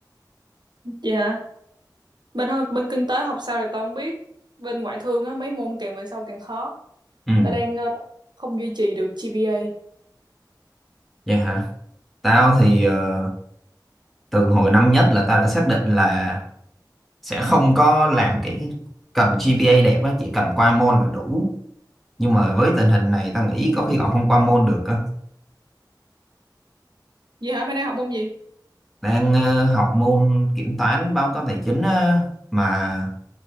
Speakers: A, on the right; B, in the centre.
A: Vậy hả? Bên ho- bên kinh tế học sao thì tao không biết. Bên ngoại thương á mấy môn càng về sau càng khó.
B: Ừ,
A: Tao đang ờ, không duy trì được GPA.
B: vậy hả? Tao thì ờ, từ hồi năm nhất là tao đã xác định là sẽ không có làm cái cần GPA đẹp á, chỉ cần qua môn là đủ. Nhưng mà với tình hình này tao nghĩ có khi còn không qua môn được á.
A: Vậy hả? Mày đang học môn gì?
B: Đang ờ, học môn kiểm toán báo cáo tài chính á, mà